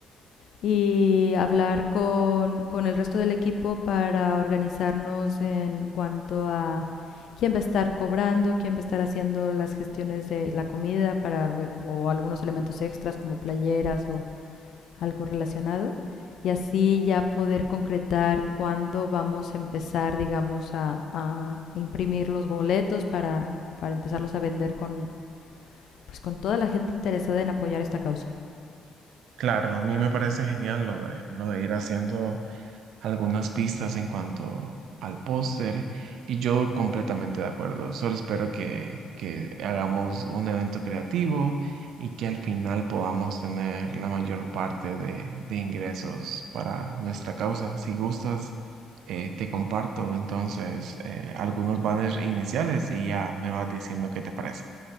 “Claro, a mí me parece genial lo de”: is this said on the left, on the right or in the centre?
Right